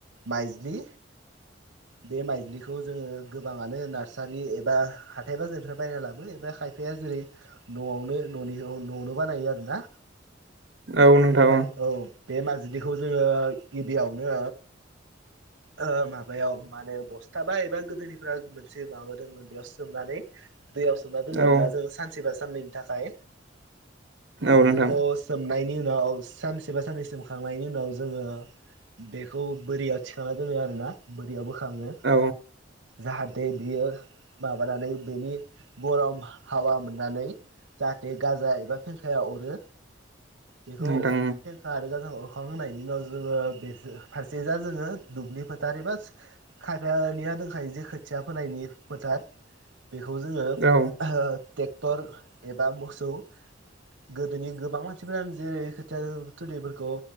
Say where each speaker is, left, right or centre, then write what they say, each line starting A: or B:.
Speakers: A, on the right; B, on the right.
A: माइजलि बे माइज्लिखौ जोङो गोबाङानो नार्सारि एबा हाथाय बाजारनिफ्राय बायना लाबोयो एबा खायफ फाया जेरै न'आवनो न'नि न'आवनो बानायो आरो ना।
B: औ नोंथां
A: बे मइ औ बे माइलिखौ जोङो ओ गिबियावनो ओ माबायाव माने बस्थाबा एबा गोदोनिफा मोनसे माबादोंमोन बेयाव सोमनानै दैयाव सोमना दोन आरोना
B: औ
A: जों सानसेबा साननैनि थाखाय
B: औ
A: बेखौ
B: नोंथां
A: सोम खंनायनि उनाव सानसेबा साननै सोमखांनायनि उनाव जोङो बेखौ बोरैयाव थिखांना दोनो आरोना बोरियाव बोखाङो
B: औ
A: जाहाथे बेयो माबानानै बेनि गरम हाबा मोननानै जा बे गाजा एबा फेंखाया अरो बेखौ
B: नोंथां
A: खेंखा आरो गाजांखौ अरखांहायनि उनाव जोङो बे फारसे जा जोङो दुब्लि फोथार एबा खायफानिया दंखायो जे खोथिया फोनायनि फोथार बेखौ जोङो
B: औ
A: ट्रेक्टर एबा मोसौ गोदोनि गोबां मानसिफोरानो जेरै खोथिया थिलिफोरखौ